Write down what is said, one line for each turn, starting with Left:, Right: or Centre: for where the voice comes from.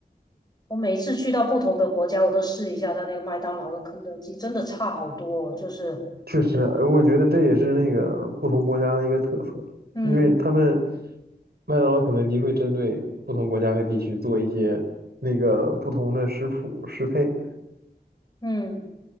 Left: 我每一次去到不同的国家，我都试一下它那个麦当劳跟肯德基，真的差好多哦。就是，
Right: 确实，呃我觉得这也是那个不同国家的一个特色，
Left: 嗯
Right: 因为他们麦当劳、肯德基会针对不同国家和地区做一些那个不同的食谱适配，
Left: 嗯嗯，